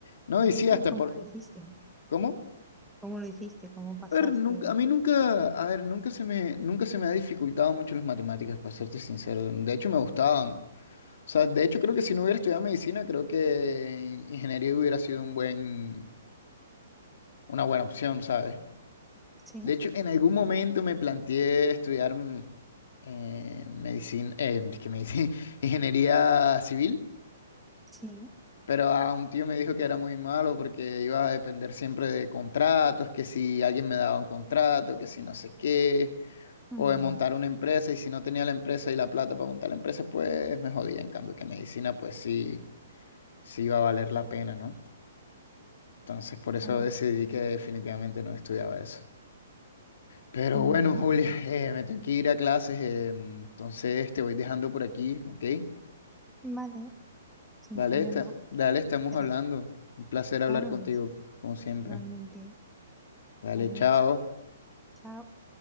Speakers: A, on the left; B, in the centre.
A: no,
B: ¿Y
A: y sí,
B: qué tal?
A: hasta
B: ¿Cómo
A: por,
B: lo hiciste?
A: ¿cómo?
B: ¿Cómo lo hiciste? ¿Cómo pasaste?
A: A ver, nunca, a mí nunca, a ver, nunca se me, nunca se me ha dificultado mucho las matemáticas, para serte sincero. De hecho, me gustaban. O sea, de hecho, creo que si no hubiera estudiado medicina, creo que ingeniería hubiera sido un buen, una buena opción, ¿sabes?
B: Sí,
A: De hecho, en algún momento me planteé estudiar mm, eh, medicina, eh, es que medicina, <laughs> ingeniería civil,
B: sí.
A: pero a un tío me dijo que era muy malo porque iba a depender siempre de contratos, que si alguien me daba un contrato, que si no sé qué.
B: Mm,
A: o de montar una empresa, y si no tenía la empresa y la plata para montar la empresa, pues me jodía. En cambio, que medicina, pues sí, sí iba a valer la pena, ¿no? Entonces, por eso
B: a ver,
A: decidí que definitivamente no estudiaba eso. Pero
B: bueno,
A: bueno, Julia, <laughs> eh, me tengo que ir a clases, eh, entonces te voy dejando por aquí, ¿ok?
B: vale, sin
A: Vale,
B: problema.
A: esta- dale, estamos
B: Pero
A: hablando. Un placer hablar
B: Claro,
A: contigo,
B: es
A: como siempre.
B: realmente.
A: Dale,
B: Adiós.
A: chao.
B: Chao.